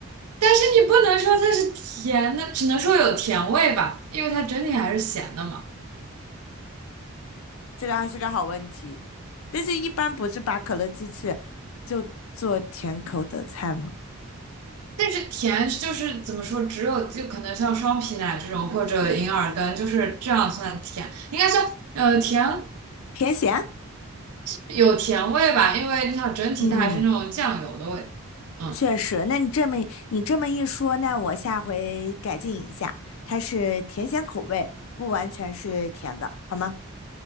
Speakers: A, on the right (about 85°); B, on the left (about 65°).
A: 但是你不能说它是甜的，只能说有甜味吧，因为它整体还是咸的嘛。
B: 这个还是个好问题，但是一般不是把可乐鸡翅就做甜口的菜吗？
A: 但是甜就是怎么说，只有就可能像双皮奶这种或者银耳羹，就是这样算甜，应该算呃甜
B: 甜咸？
A: 有甜味吧，因为你想整体它还是那种酱油的味道。
B: 嗯。
A: 嗯
B: 确实，那你这么你这么一说，那我下回改进一下，它是甜咸口味，不完全是甜的，好吗？